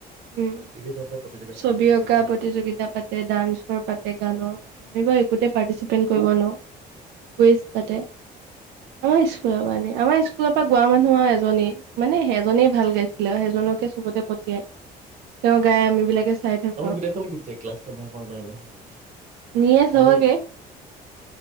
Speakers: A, on the right; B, on the right.
A: উম
B: বিভিন্ন ধৰণৰ প্ৰতিযোগিতাত
A: ছবি
B: পাৰ্টিচিপেট
A: অঁকা
B: কৰ
A: প্ৰতিযোগিতা পা পাতে ডান্সৰ পাতে গানৰ পাতে আমি বাৰু একোতে পাৰ্টিচিপেট কৰিব নোৱাৰোঁ। কুইছ পাতে, আমাৰ স্কুলৰপা নিয়ে, আমাৰ স্কুলত স্কুলৰ পৰা গোৱা মানুহ আৰু এজনেই মানে, সেইজনেই ভাল গাইছিলে আৰু, সেইজনকে চবতে পঠিয়াই। তেওঁ গাই আমি বিলাকে চাই থাকোঁ
B: আমাৰ
A: আৰু।
B: গোটেইখনে গুছি যায় ক্লাছটো <unintelligible>
A: নিয়ে চবকে।
B: আমি